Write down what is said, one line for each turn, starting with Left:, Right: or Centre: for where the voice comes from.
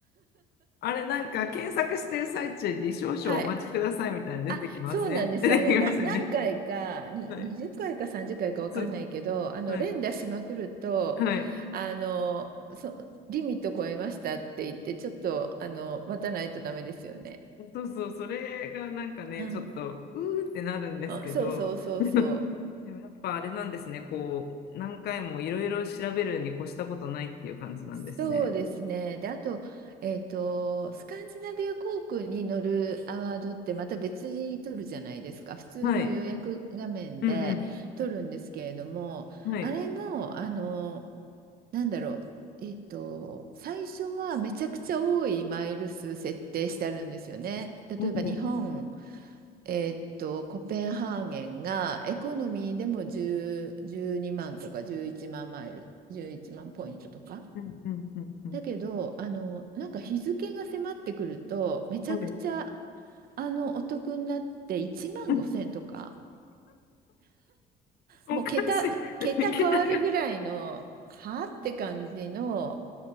Left: あれなんか検索してる最中に少々お待ちくださいみたいなの出てきません
Right: はい。あ、そうなんです。
Left: <laughs> 出てきますよね。
Right: あれ、な、何回か、に、
Left: はい。
Right: 20回か30回かいかわかんないけど、
Left: そう、
Right: あの、
Left: はい。
Right: 連打しまくると、
Left: はい。
Right: あの、そ、リミット超えましたって言って、ちょっと、あの、待たないとダメですよね。
Left: そうそう、それがなんかね、
Right: うん。
Left: ちょっと、うーってなるんですけど、
Right: あ、そうそうそうそう。
Left: <laughs> でもやっぱあれなんですね、こう、何回もいろいろ調べるに越したことないっていう感じなんですね。
Right: そうですね。で、あと、えっと、スカンジナビア航空に乗るアワードってまた別に取るじゃないですか。普通の予約画面で取るんですけれども、
Left: はい。うんうん。はい。
Right: あれも、あの、なんだろう。えっと、最初はめちゃくちゃ多いマイル数設定してあるんですよね。例えば日本、
Left: おお。
Right: えっと、コペンハーゲンがエコノミーでも1 2万とか11万マイル、11万ポイントとか。
Left: うんうんうんうん。
Right: だけど、あの、なんか日付が迫ってくると、めちゃくちゃ、
Left: はい。
Right: あの、お得になって1万5千とか、
Left: うんおかしい。
Right: もう桁、桁変わるぐらいの、
Left: 桁が。
Right: はあって感じの、